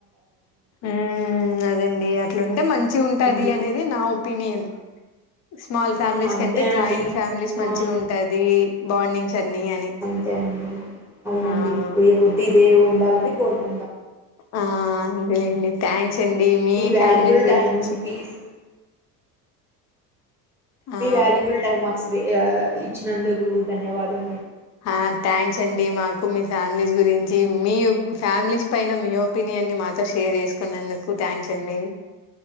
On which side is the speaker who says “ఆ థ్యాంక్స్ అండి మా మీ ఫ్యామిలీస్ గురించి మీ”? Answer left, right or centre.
Left